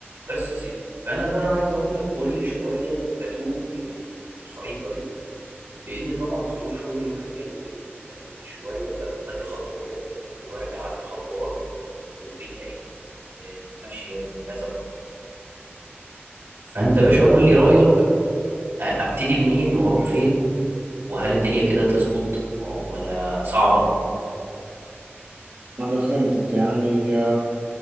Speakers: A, on the right; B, on the right.
A: بس يا سيدي فانا بقى عايز اقول لك كل شويه بتوه من ال- الخريطه دي لان طبعا ظروف شغلي مخلياني ايه آه، شويه ب- بدي خطوه قدام وارجع ادي خطوه ورا والدنيا ايه آه، ماشيه من هذا القبيل فانت باشا قول لي رايك أ- ابتدي منين واروح فين وهل الدنيا كده تظبط و- ولا صعبه
B: انا فهمتك يعني آه،